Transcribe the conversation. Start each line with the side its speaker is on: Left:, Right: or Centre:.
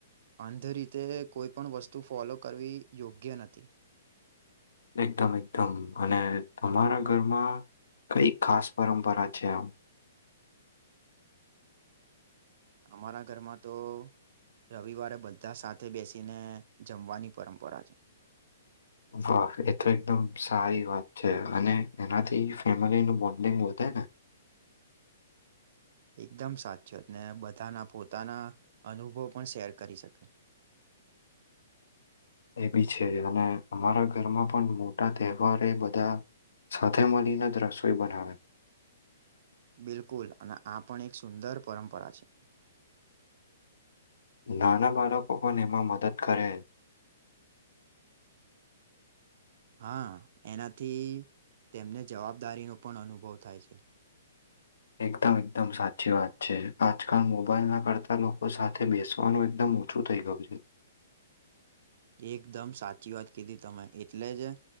Right: અંધ રીતે કોઈ પણ વસ્તુ ફોલો કરવી યોગ્ય નથી.
Left: એકદમ એકદમ અને તમારા ઘરમાં કઈ ખાસ પરંપરા છે આમ
Right: અમારા ઘરમાં તો રવિવારે બધા સાથે બેસીને જમવાની પરંપરા છે.
Left: વાહ એ તો એકદમ સારી વાત છે અને એનાથી ફેમિલીનું બોન્ડિંગ વધે ને.
Right: એકદમ સાચીવાત ને બધાના પોતાના અનુભવ પણ શેર કરી શકે.
Left: એ બી છે અને અમારા ઘરમાં પણ મોટા તહેવાર એ બધા સાથે મળીને જ રસોઈ બનાવે.
Right: બિલકુલ અને આ પણ એક સુંદર પરંપરા છે.
Left: નાના બાળકો પણ એમાં મદદ કરે.
Right: હા એનાથી તેમને જવાબદારીનો પણ અનુભવ થાય છે
Left: એકદમ એકદમ સાચી વાત છે આજકાલ મોબાઈલ ના કરતા લોકો સાથે બેસવાનું એકદમ ઓછું થઈ ગયું છે
Right: એકદમ સાચી વાત કીધી તમે એટલે જ